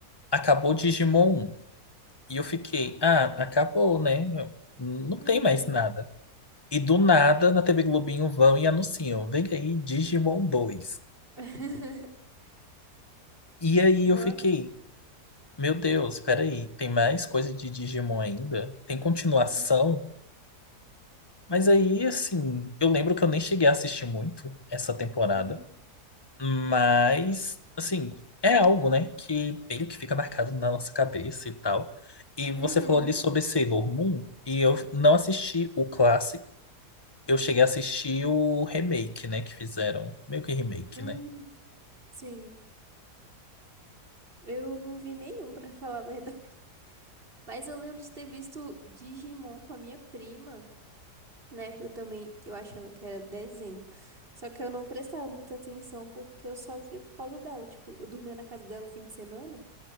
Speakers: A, on the left; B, on the right.
A: Acabou Digimon 1. E eu fiquei, ah, acabou, né? Não
B: Uhum.
A: tem mais nada. E do nada, na TV Globinho vão e anunciam, vem aí Digimon dois.
B: <laughs>
A: E aí
B: Nossa.
A: eu fiquei, meu Deus, peraí, tem mais coisa de Digimon ainda? Tem continuação?
B: Uhum.
A: Mas aí, assim, eu lembro que eu nem cheguei a assistir muito essa temporada.
B: Uhum.
A: Mas, assim, é algo, né, que meio que fica marcado na nossa cabeça e tal. E você
B: Uhum.
A: falou ali sobre Sailor Moon, e eu não assisti o clássico, eu cheguei a assistir o remake, né, que fizeram. Meio que remake,
B: Uhum.
A: né?
B: Sim. Eu não vi nenhum, pra falar a verdade. <laughs> Mas eu lembro de ter visto Digimon com a minha prima. Na época também eu achava que era desenho. Só que eu não prestava muita atenção porque eu só via por causa dela. Tipo, eu dormia na casa dela o fim de semana.